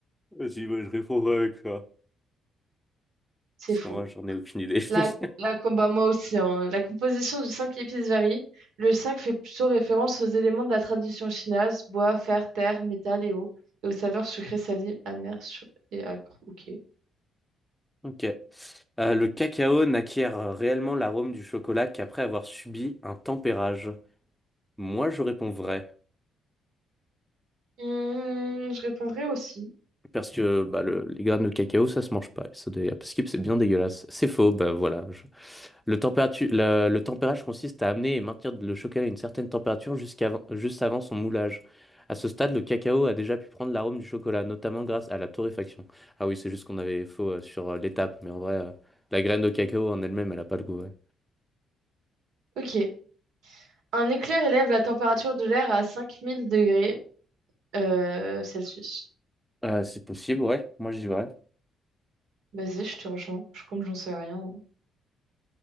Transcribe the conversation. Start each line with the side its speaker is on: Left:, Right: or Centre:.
Centre: Vas-y, bah, je répondrai avec ça.
Right: C'est
Centre: Parce
Right: faux.
Centre: qu'en vrai, j'en ai aucune idée.
Right: La,
Centre: <laughs>
Right: la combat, moi aussi. hein. La composition du 5 épices varie. Le 5 fait plutôt référence aux éléments de la tradition chinoise, bois, fer, terre, métal et eau, et aux saveurs sucrées, salées, amères, sûres et acres. Ok.
Centre: Ok. Euh, le cacao n'acquiert réellement l'arôme du chocolat qu'après avoir subi un tempérage. Moi, je réponds vrai.
Right: Hmm, je répondrai aussi.
Centre: Parce que bah, le- les graines de cacao, ça se mange pas. Et Ça, doit- parce que c'est bien dégueulasse. C'est faux, bah voilà. je- Le température, la- le tempérage consiste à amener et maintenir le chocolat à une certaine température jusqu'à juste avant son moulage. À ce stade, le cacao a déjà pu prendre l'arôme du chocolat, notamment grâce à la torréfaction. Ah oui, c'est juste qu'on avait faux euh, sur euh, l'étape, mais en vrai, euh, la graine de cacao en elle-même, elle a pas le goût, ouais.
Right: Ok. Un éclair élève la température de l'air à 5000 degrés euh, Celsius.
Centre: Euh, c'est possible, ouais. Moi, j'y vrai.
Right: Bah, Vas-y, je te rejoins. Je, comme j'en sais rien. hein.